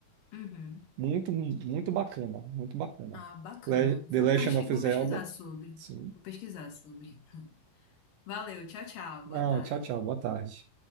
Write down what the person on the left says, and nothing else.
Uhum.
Ah, bacana.
Vou,
pesqui-
vou
pesquisar sobre.
Vou pesquisar sobre. <laughs> Valeu, tchau, tchau.
Boa tarde.